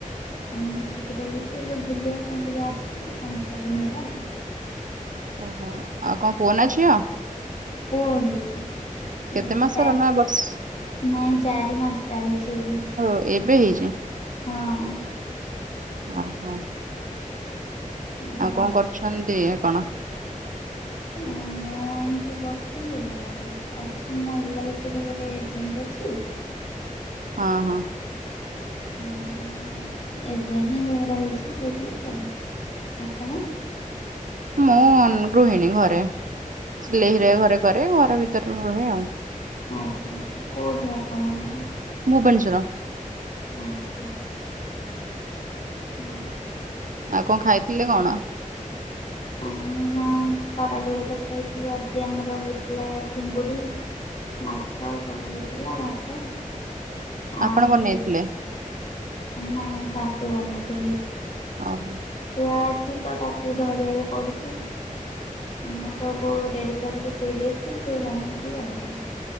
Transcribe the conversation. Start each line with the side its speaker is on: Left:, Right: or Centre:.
Left: ଆମେ ମିଶିକି ରହୁଛୁ। ଏବେ ବୁଲିବା ପାଇଁ ଟିକେ ଆସିଚି। ପାଞ୍ଚ ଛଅ ଦିନ ହେଲା ଆଉ।
Right: ଓହୋ ଆଉ କଣ ପୁଅ ନା ଝିଅ?
Left: ପୁଅ ହେଇଚି।
Right: କେତେ
Left: ଏବେ
Right: ମାସର
Left: ଚାର୍
Right: ନା ବର୍ଷ?
Left: ନାଇଁ ଚାରି ମାସ୍ ଚାଲିଚି ଏବେ।
Right: ଓ ଏବେ ହେଇଚି।
Left: ହଁଅଁ।
Right: ଅହୋ।
Left: ଏବେ
Right: ଆଉ
Left: ହେଇଛି।
Right: କଣ କରୁଛନ୍ତି ଆପଣ?
Left: ଆମ ଏମିତି ବସିଥିଲି। ଆଉ ଅଛି ମୁଁ ଏଲ୍ ଆଇ ସି ରେ ଗୋଟେ ଏଜେଣ୍ଟ ଅଛି।
Right: ଅଁହଁ।
Left: ଉଁ ଏବେ ହିଁ ଏ ରହିଛି ସେଠିଇ ତ। ଆପଣ?
Right: ମୁଁ ଗୃହିଣୀ ଘରେ ସିଲେଇ ହେରିକା ଘରେ କରେ। ଘର ଭିତରେ ମୁଁ ରୁହେ ଆଉ।
Left: ଆଚ୍ଛା ଆଚ୍ଛା କୋଉଠି ଆପଣଙ୍କ ଗାଁ?
Right: ଭୁବନେଶ୍ୱର।
Left: ଆଚ୍ଛା। ହଁ।
Right: ଆଉ କଣ୍ ଖାଇଥିଲେ କଣ?
Left: ଉଁ କଣ ଖରାବେଳେ ତ ଖାଇଥିଲି ଆଜି ଆମର ହେଇଥିଲା ଚିଙ୍ଗୁଡ଼ି। ମାଛ ସବୁ ହେଇଥିଲା ଭାତ।
Right: ଆପଣ
Left: ଆଉ
Right: ବନେଇଥିଲେ
Left: ସେ ନାଇଁ ଶାଶୁ ବନେଇଥିଲେ।
Right: ଅହ।
Left: ଛୁଆ ଅଛି ତ ତାକୁ ଧରିଆକୁ ପଡୁଚି। ମୁଁ ସବୁ ବୋଉକୁ ରେଡ଼ି କରିକି ଦେଇ ଦେଇଥିଲି ସିଏ ବନେଇଥିଲେ ଆଉ।